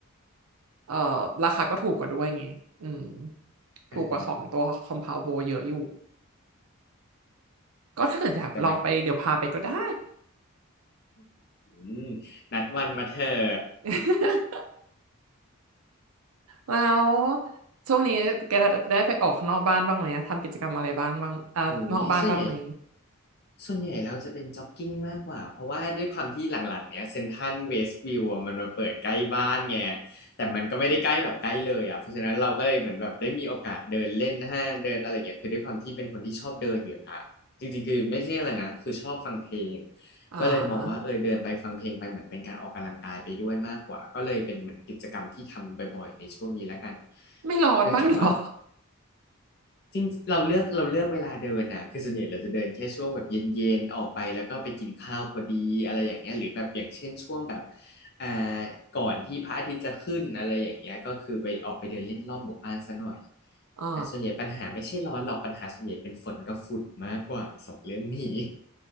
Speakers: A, on the right; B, on the left.
A: เออราคาก็ถูกกว่าด้วยไงอืมถูกกว่าของตัวคอม
B: อ่าฮะ
A: p พ u ว d โบเยอะอยู่ก็ถ้าเกิดอยากลองไปเดี๋ยวพาไปก็ได้
B: แต่มัน <laughs> นัดวันมาเถอะ
A: <laughs> แล้วช่วงนี้แกได้ไปออกข้างนอกบ้านบ้างไหมอะทำกิจกรรมอะไรบ้างบ้างอ่านอกบ้านบ้างไหม
B: โอ้ยส่วนใหญ่ ส่วนใหญ่เราจะเป็นจ็อกกิ้งมากกว่าเพราะว่าด้วยความที่หลังๆเนี้ยเซ็นทรัลเวสต์วิวมันมาเปิดใกล้บ้านไงแต่มันก็ไม่ได้ใกล้แบบใกล้เลยอ่ะเพราะฉะนั้นเราก็เลยเหมือนแบบได้มีโอกาสเดินเล่นห้างเดินอะไรเงี้ยคือด้วยความที่เป็นคนที่ชอบเดินอยู่อ่ะจริงๆคือไม่ใช่อะไรนะคือชอบฟังเพลง
A: อ่า
B: ก็เลยมองว่าเออเดินไปฟังเพลงไปเหมือนเป็นการออกกำลังกายไปด้วยมากกว่าก็เลยเป็นเหมือนกิจกรรมที่ทำบ่อยๆในช่วงนี้แล้วกัน
A: ไม่ร้อนบ้าง
B: เนื่องจากว่า
A: <laughs> เหรอ
B: จริงเราเลือกเราเลือกเวลาเดินนะคือส่วนใหญ่เราจะเดินแค่ช่วงแบบเย็นๆออกไปแล้วก็ไปกินข้าวพอดีอะไรอย่างเงี้ยหรือแบบอย่างเช่นช่วงแบบอ่าก่อนที่พระอาทิตย์จะขึ้นอะไรอย่างเงี้ยก็คือไปออกไปเดินเล่นรอบหมู่บ้านซะหน่อย
A: อ่า
B: อ่าส่วนใหญ่ปัญหาไม่ใช่ร้อนหรอกปัญหาส่วนใหญ่เป็นฝนกับฝุ่นมากกว่าสองเรื่องนี้